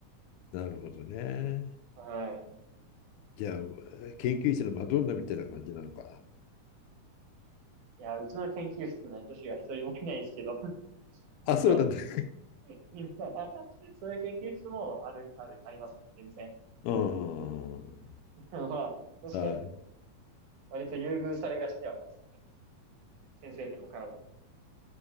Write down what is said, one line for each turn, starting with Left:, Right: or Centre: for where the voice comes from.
Left: なるほどね。
Right: はい。
Left: じゃあ、研究室のマドンナみたいな感じなのかな。
Right: いや、うちの研究室には女子が一人もいないですけど、<laughs> 実は
Left: あ、そうなんだね。
Right: 今、<laughs> そういう研究室もある、ある、ありますね、全然。
Left: うん。
Right: <laughs> まあ、確かに、
Left: あ、
Right: 割と優遇されがちではありますね。先生とかからも。